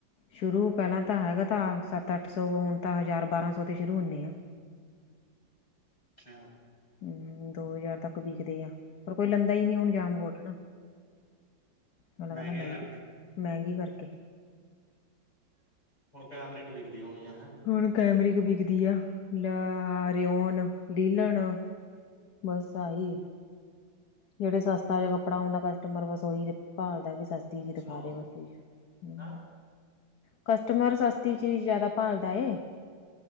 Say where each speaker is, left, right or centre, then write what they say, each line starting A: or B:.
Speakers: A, on the left; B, on the left.
A: ਸ਼ੁਰੂ ਪਹਿਲਾਂ ਤਾਂ ਹੈਗਾ ਤਾ ਸੱਤ-ਅੱਠ ਸੌ ਹੁਣ ਤਾਂ ਹਜ਼ਾਰ-ਬਾਰਾਂ ਸੌ ਤੋਂ ਸ਼ੁਰੂ ਹੁੰਨੇ ਆ।
B: <unintelligible>
A: ਹਂ, ਦੋ ਹਜ਼ਾਰ ਤੱਕ ਬੀਕਦੇ ਆ। ਪਰ ਕੋਈ ਲੈਂਦਾ ਈ ਨੀ ਹੁਣ ਜਾਮ ਕੋਟਨ। ਅਗਲਾ
B: ਮਹਿੰਗੀਆਂ
A: ਕਹਿੰਦਾ ਮਹਿੰਗੀ,
B: ਕਰਕੇ
A: ਮਹਿੰਗੀ ਕਰਕੇ।
B: ਹੁਣ ਕੈਮਰਿਕ ਵਿਕਦੀ ਹੋਣੀ ਐ। ਹੈਂ?
A: ਹੁਣ ਕੈਮਰਿਕ ਵਿਕਦੀ ਆ, ਲਾ ਰੇਓਨ, ਲੀਲਣ। ਬਸ ਆਹੀ ਜਿਹੜੇ ਸਸਤਾ ਜਹਾ ਕੱਪੜਾ ਆਂਦਾ ਕਸਟਮਰ ਵਸ ਓਹੀ ਤੇ ਭਾਲਦਾ ਕਿ ਸਸ ਦੀਦੀ
B: ਅੱਛਾ
A: ਦਿਖਾ ਦੇ ਓ ਚੀਜ਼। ਹਂ
B: ਹੈ
A: ਕਸਟਮਰ ਸਸਤੀ ਚੀਜ਼ ਜਆਦਾ ਭਾਲਦਾ ਏ।